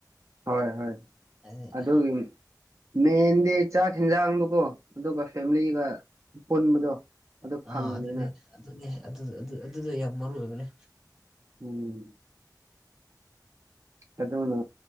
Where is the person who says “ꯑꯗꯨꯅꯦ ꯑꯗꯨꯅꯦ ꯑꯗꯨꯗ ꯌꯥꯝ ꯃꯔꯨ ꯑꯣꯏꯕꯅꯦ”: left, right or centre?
Centre